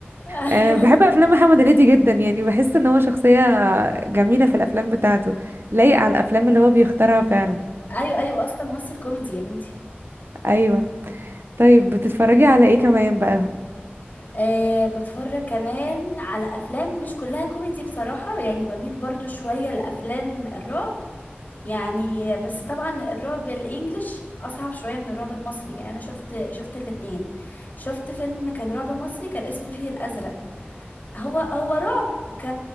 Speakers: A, on the left; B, on the right.
A: <laughs> ايوه
B: آه بحب أفلام محمد هنيدي جدا يعني بحس إن هو شخصية جميلة في الأفلام بتاعته لايق على الأفلام اللي هو بيختارها فعلا
A: ايوه ايوه اصلا ممثل كوميدي يا بنتي
B: أيوة طيب بتتفرجي على ايه كمان بقى
A: أه بتفرج كمان على افلام مش كلها كوميدي بصراحة يعني بميل برضو شوية لافلام الرعب يعني بس طبعا الرعب الانجليش اصعب شوية من الرعب المصري يعني انا شفت شفت الاتنين شفت فيلم كان رعب مصري كان اسمه فيه الازرق هو هو رعب ك